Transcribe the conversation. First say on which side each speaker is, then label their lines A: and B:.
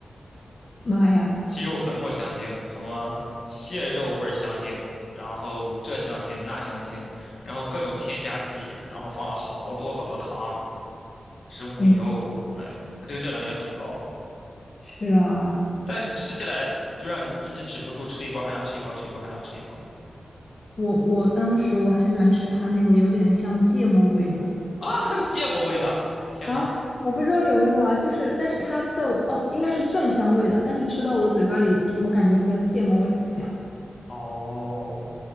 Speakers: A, on the left; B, on the left.
A: 妈呀！
B: 鸡肉粉末香精，什么蟹肉味儿香精，然后这香精那香精，然后各种添加剂，然后放了好多好多糖、植物油，
A: 嗯，
B: 哎呦，它这个热量也很高。
A: 是啊，
B: 但你吃起来就让你一直止不住，吃了一包还想吃一包，吃一包还想吃一包
A: 我我当时我很喜欢吃它那个有点像芥末味的
B: 啊！还有芥末味的，天呐，
A: 啊，我不知道有没有啊，就是但是它在我哦应该是蒜香味的，但是吃到我嘴巴里，我感觉和芥末味很像。
B: 哦，